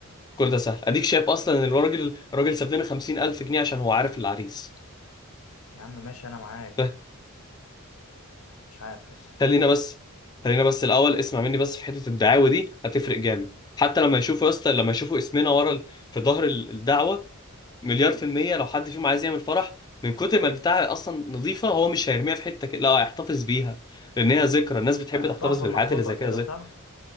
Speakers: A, on the left; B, on the left.
A: كل ده سهل اديك شايف اصلا ان الراجل الراجل ساب لنا 50 الف جنيه عشان هو عارف العريس
B: يا عم ماشي انا معاك
A: ف-
B: مش عارف بس
A: خلينا بس خلينا بس الاول اسمع مني بس في حتة الدعاوى دي هتفرق جامد حتى لما يشوفوا يا اسطى لما يشوفوا اسمنا ورا ال... في ظهر ال- الدعوة مليار
B: مم.
A: في المية لو حد فيهم عايز يعمل فرح من كتر ما البتاعة أصلا نظيفة هو مش هيرميها في حتة كده لا هيحتفظ بيها لأن هي ذكرى الناس بتحب
B: هنحطها
A: تحتفظ
B: في المحفظه
A: بالحاجات اللي زي
B: كده
A: كده ذكرى
B: صح